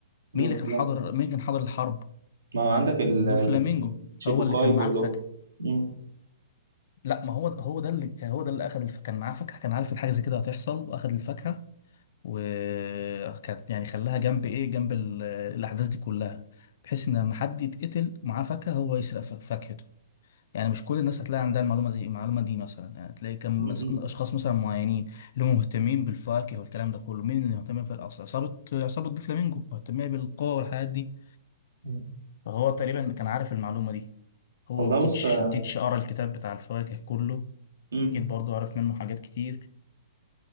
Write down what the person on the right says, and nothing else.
دوف
كلام.
ما هو عندك ال...
ال- الشيبوكاي
كلهم
م-
م-
م.
والله
بص آه،
م.